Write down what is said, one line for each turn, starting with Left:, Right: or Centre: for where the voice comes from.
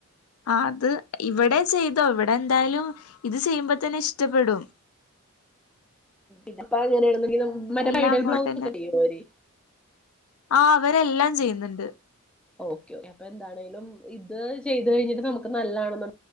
Left: ആ അത് ഇവിടെ ചെയ്തോ ഇവടെ ന്തായാലും ഇത് ചെയ്യുമ്പോതന്നെ ഷ്ടപ്പെടും.
Centre: ഇതിപ്പപ്പോ എങ്ങനെയണെങ്കിൽ മറ്റേ
Left: എല്ലാം
Centre: ബൈഡൽ
Left: അങ്ങോട്ടന്നെ
Centre: ബ്ലൗസ് ഒക്കെ ചെയോര്
Left: ആ അവരെല്ലാം ചെയ്യ്ന്നുണ്ട്
Centre: ഓക്കെ ഓെ അപ്പൊ എന്താണേലും ഇത് ചെയ്ത് കഴിഞ്ഞിട്ട് നമുക്ക് നല്ലാണ്